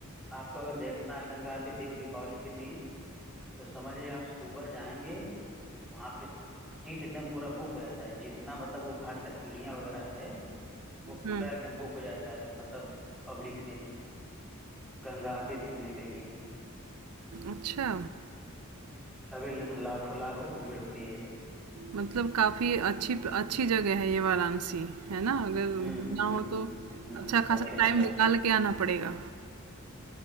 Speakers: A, in the centre; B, on the right.
A: आपको अगर देखना है गंगा आरती देव दीपावली के दिन तो समझिए आप सुबह जाएंगे वहां पे सीट एकदम पूरा बुक हो जाता है जितना मतलब वो घाट का सीढ़ियाँ वगैरह है वो पूरा
B: हुँ,
A: एकदम बुक हो जाता है मतलब पब्लिक से गंगा आरती देखने के लिए
B: अच्छा।
A: कभी लाखों लाखों की भीड़ होती है
B: मतलब काफ़ी अच्छी अच्छी जगह है ये वाराणसी, है ना? अगर
A: हम्म
B: घूमना
A: हम्म
B: हो तो
A: हम्म
B: अच्छा खासा
A: काफी अच्छा
B: टाइम निकाल के आना पड़ेगा।